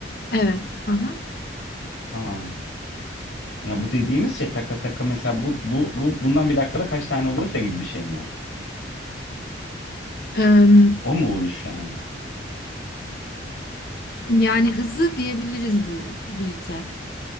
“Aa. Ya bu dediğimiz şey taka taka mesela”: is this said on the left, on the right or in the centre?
Left